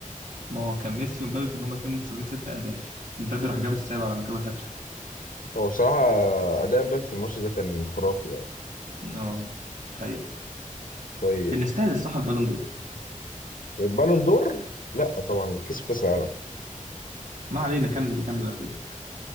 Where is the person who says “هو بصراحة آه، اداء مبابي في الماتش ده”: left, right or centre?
Left